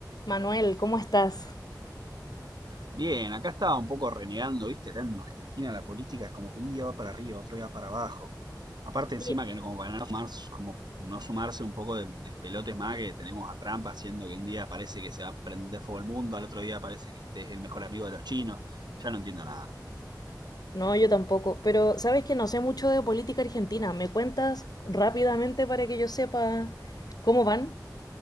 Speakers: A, on the left; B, on the right.
A: Manuel, ¿cómo estás?
B: Bien, acá estaba un poco renegando, ¿viste? Acá en Argentina la política es como que un día va para arriba, otro día va para abajo. Aparte encima
A: Bien.
B: que no- como para no sumarse, como no sumarse un poco de, de pelotes más que tenemos a Trump haciendo que un día parece que se va a prender fuego el mundo, al otro día parece que este es el mejor amigo de los chinos. Ya no entiendo nada.
A: No, yo tampoco, pero sabes que no sé mucho de política argentina. ¿Me cuentas rápidamente para que yo sepa cómo van?